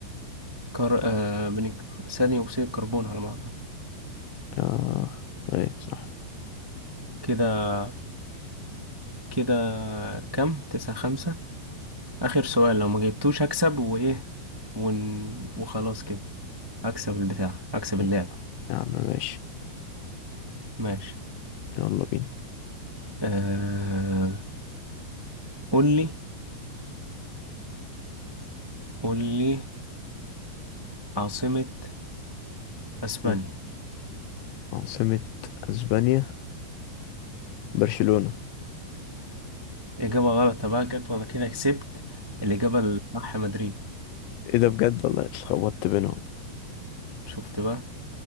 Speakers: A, on the right; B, on the left.
A: كر... آه بنك... ثاني أكسيد الكربون على ما أعتقد
B: آه ايه صح
A: كده كده كم تسعة خمسة آخر سؤال لو ما جبتوش هكسب وإيه ون... وخلاص كده أكسب البتاع أكسب
B: إيه،
A: اللعبة
B: يا عم ماشي
A: ماشي
B: يلا بينا
A: آه... قول لي قول لي عاصمة أسبانيا
B: مم. عاصمة اسبانيا برشلونة
A: إجابة غلط بقى جت وأنا كده كسبت الإجابة الصح مدريد
B: ايه ده بجد والله اتلخبطت بينهم
A: شفت بقى